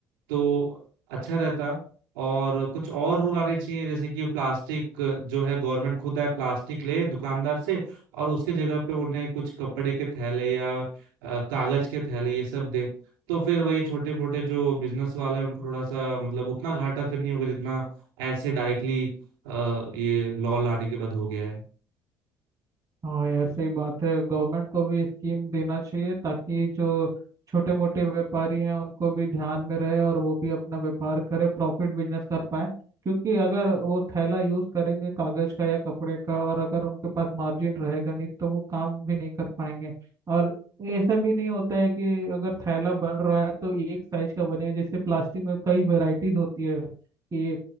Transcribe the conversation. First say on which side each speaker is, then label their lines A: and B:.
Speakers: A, on the right (about 80°); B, on the right (about 30°).
A: तो अच्छा रहता और कुछ और रूल आने चाहिए जैसे कि प्लास्टिक जो है गवर्नमेंट खुद आए प्लास्टिक ले दुकानदार से और उसके जगह पे उन्हें कुछ कपड़े के थैले या अ, कागज के थैले ये सब दे तो फिर वही छोटे मोटे जो बिजनेस वाले हैं उनको थोड़ा सा मतलब उतना घाटा फिर नहीं होगा जितना ऐसे डायरेक्टली ये लॉ लाने के बाद हो गया है
B: हाँ यार सही बात है गवर्नमेंट को भी स्कीम देना चाहिए ताकि जो छोटे मोटे व्यापारी हैं उनको भी ध्यान में रहे और वो भी अपना व्यापार करे प्रॉफिट बिजनेस कर पाए क्योंकि अगर वो थैला यूज करेंगे कागज का या कपड़े का और अगर उनके पास मार्जिन रहेगा नहीं तो वो काम भी नहीं कर पाएंगे और ऐसा भी नहीं होता है कि अगर थैला बन रहा है तो एक साइज का बने जैसे प्लास्टिक में कई वेराइटीज होती है कि